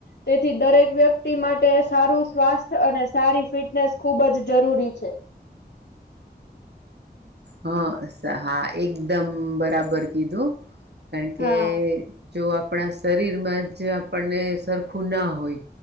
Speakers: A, on the left; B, on the right.
A: તેથી દરેક વ્યક્તિ માટે સારું સ્વાસ્થ્ય અને સારી ફિટનેસ ખુબ જ જરૂરી છે.
B: હા- હા એકદમ બરાબર કીધું. કારણ કે
A: હા
B: જો આપણા શરીરમાં જ આપણને સરખું ના હોય